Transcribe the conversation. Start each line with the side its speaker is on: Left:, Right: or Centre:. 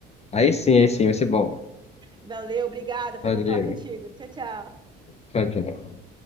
Left: aí sim, aí sim, vai ser bom.
Right: Valeu, obrigada. Foi
Left: Valeu.
Right: bom falar contigo. Tchau, tchau.
Left: Tchau, tchau.